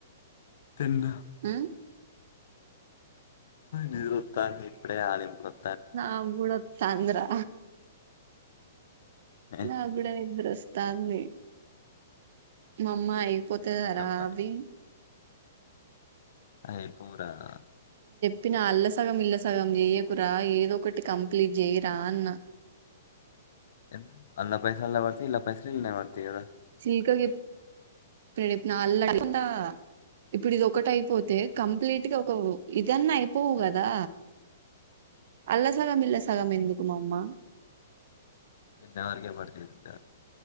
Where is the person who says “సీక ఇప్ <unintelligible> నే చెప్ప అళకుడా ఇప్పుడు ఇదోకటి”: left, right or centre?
Right